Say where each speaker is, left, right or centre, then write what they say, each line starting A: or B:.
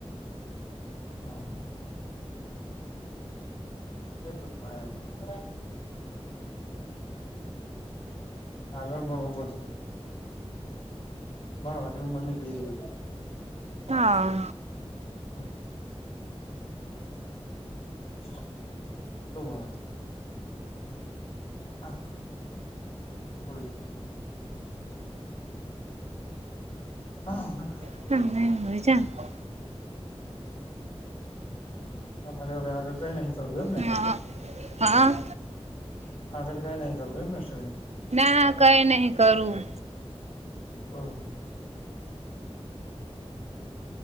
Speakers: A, on the left (about 60°); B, on the right (about 85°).
A: હા એ શ જ મળ આગળ બડવું પડશે મળવા નિ મણને કડી
B: હા
A: હમ શ હા બું હા હા
B: હા બીજ
A: તમારે હવે આગળ કઈ નહી કરવું એમને
B: હા હા
A: આગળ કઈ ન કરું એમને સ
B: ના હ કંઈ નહીં કરું
A: બબ